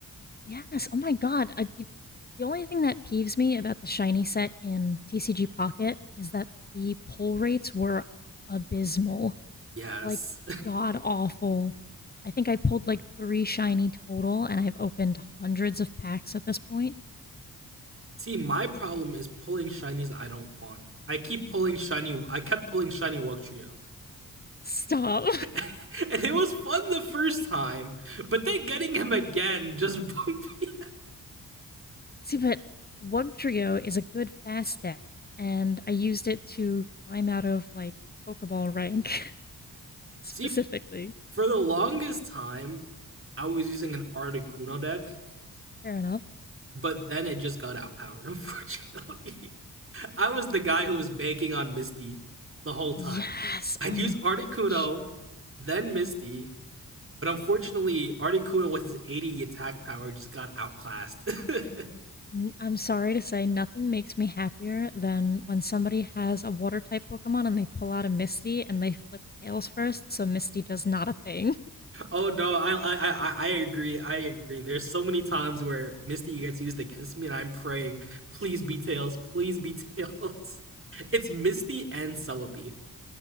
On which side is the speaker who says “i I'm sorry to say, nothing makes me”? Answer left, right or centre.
Left